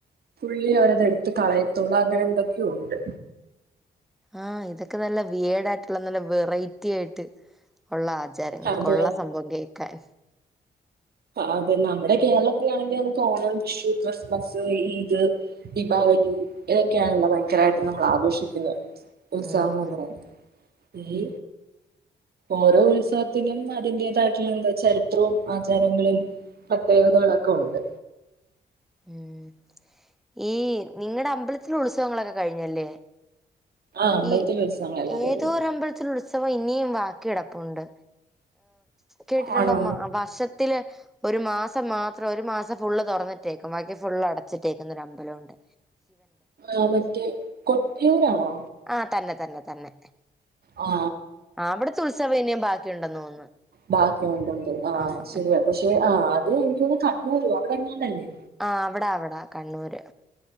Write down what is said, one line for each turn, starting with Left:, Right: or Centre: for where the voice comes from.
Right: പുള്ളി അവരതടുത്ത് കളയത്തോുള്ള അങ്ങനെ എന്തൊക്കെയുണ്ട്
Centre: ആഹ ഇതൊക്കെ നല്ല വിയേടായിട്ടുള്ള നല്ല വെറൈറ്റി ആയിട്ട് ഉള്ള ആചാരങ്ങളൾക്കൊള്ള
Right: അതെ
Centre: സംഭവം കേൾക്കാൻ
Right: അതെ നമ്മുടെ കേരളത്തിലാണെങ്കിൽ അതൊ ക്കെ ഓണം വിഷു ക്രിസ്മസ് ഈദ് ദീപാവലി ഇതൊക്കെയാണല്ല ഭയങ്കരമായിട്ട് നമ്മൾ ആഘോഷിക്കുന്ന ഉത്സവങ്ങൾ
Centre: ഉം
Right: എന്ന്
Centre: ഉം
Right: പറയുന്നത് ഈ ഓരോ ഉത്സവത്തിലനും അതിന്റതായിട്ടുള്ള എന്താ ചരിത്രവും ആ ചാരങ്ങളിൽ പ്രത്യേകതകളൊക്കെ ഉണ്ട്
Centre: ഉം ഈ നിങ്ങടെ അമ്പലത്തിൽ ഉത്സവങ്ങളൊക്കെ കഴിഞ്ഞല്ലേ
Right: ആ അമ്പലത്തിലെ
Centre: ഈ
Right: ഉത്സവങ്ങളെല്ലാം
Centre: ഏതോ
Right: കഴിഞ്ഞു
Centre: ഒരുരമ്പലത്തിൽ ഉ ത്സവം ഇനിയും വാക്കി കിടപ്പുണ്ട് കേട്ടിട്ടുണ്ടോ
Right: ആണോ
Centre: മ വർഷത്തില് ഒരു മാസം മാത്രം ഒരു മാസം ഫുള്ള് തുറന്നിട്ടേക്കും ബാക്കി ഫുള്ള് അടച്ചിട്ടേക്കുന്നൊ ഒരു അമ്പലം ഒണ്ട്?
Right: ആ മറ്റേ കൊട്ടിയൂരാണോ?
Centre: ആ തന്നെ തന്നെ തന്നെ
Right: ആ
Centre: ആ അവിടത്തെ ഉത്സവം ഇനിയും ബാക്കി ഇണ്ടെന്നു തോന്നുന്നു?
Right: ബാക്കി ഉണ്ടെണ്ട് ആഹ
Centre: ആഹ്
Right: ശരിയാ
Centre: ആഹ്
Right: പക്ഷെ ആ അത് എനിക്ക തോന്നുന്നു കണ്ണൂര് അവിടെ എങ്ങാണ്ടല്ലേ?
Centre: ആ അവിടാ അവിടാ കണ്ണൂര്?